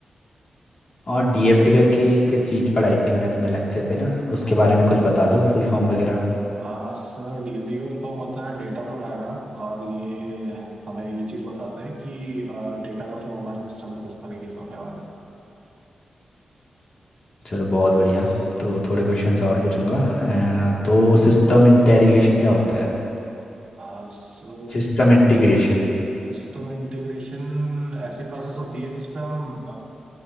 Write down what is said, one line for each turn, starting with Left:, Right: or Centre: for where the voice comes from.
Left: और डीएफडी करके एक चीज़ पढ़ाई थी मैंने तुम्हें लेक्चर पे ना उसके
Right: हाँ
Left: बारे
Right: जी
Left: में कुछ बता दो फुल फॉर्म वगैरह
Right: आ, सर डीएफडी इन्फॉर्म होता है डेटा फ्लो डायग्राम और ये हमें ये चीज़ बताता है कि डेटा का फ्लो हमारे सिस्टम में किस तरीके से होने वाला है
Left: चलो बहुत बढ़िया तो थोड़े क्वेश्चंस और पूछूंगा अ, तो सिस्टम इंटेरिगेशन क्या होता है
Right: आ, सो
Left: System integration
Right: सिस्टम इंटीग्रेशन ऐसी प्रोसेस होती है जिसपे हम